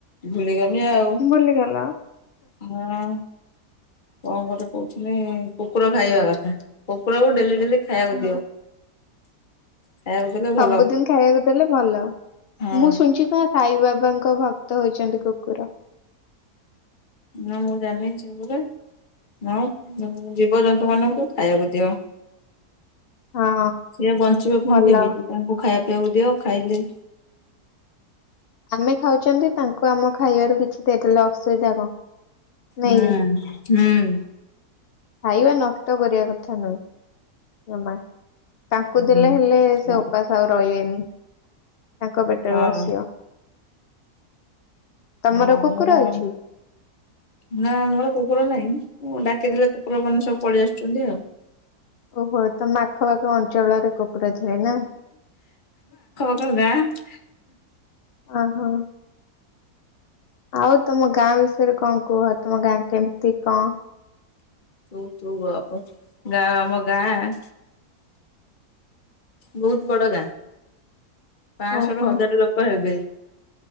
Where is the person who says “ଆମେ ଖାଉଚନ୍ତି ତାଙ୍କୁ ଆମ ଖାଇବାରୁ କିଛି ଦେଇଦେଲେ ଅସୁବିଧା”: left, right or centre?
Left